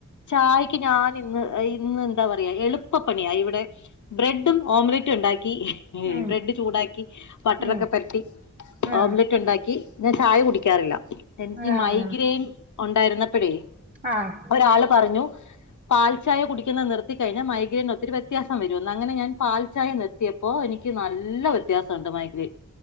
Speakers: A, on the left; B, on the right.
A: ചായക്ക് ക്ക് ഞാൻ ഇന്ന് ഇന്ന് എന്താ പറയാ എളുപ്പപ്പണിയ ഇവിടെ ബ്രെഡും ഓംലറ്റുണ്ടാക്കി ക്കി
B: ഉം
A: ബ്രെഡ് ചൂടാക്കി ബട്ടർ
B: ഉം
A: ഒക്കെ പെരട്ടി
B: ആഹ്
A: ഓംലറ്റുണ്ടാക്കി ദേ ചാ കുടിക്കാറില്ല എനിക്കി
B: ആഹ്
A: മൈഗ്രേൻ ഒണ്ടായിരുന്നപ്പഴേ
B: ആഹ്
A: ഒരാള് പറഞ്ഞു പാൽചായ കുടിക്കുന്നത് നിർത്തി കഴിഞ്ഞ മൈഗ്രീന് ഒത്തിരി വ്യത്യാസ വ്യത്യാസംവരുന്ന് അങ്ങനെ ഞാൻ പാൽച്ചായ നിർത്തിയപ്പോ എനിക്ക് നല്ല വ്യത്യാസ ഉണ്ട് മൈഗ്രീൻ.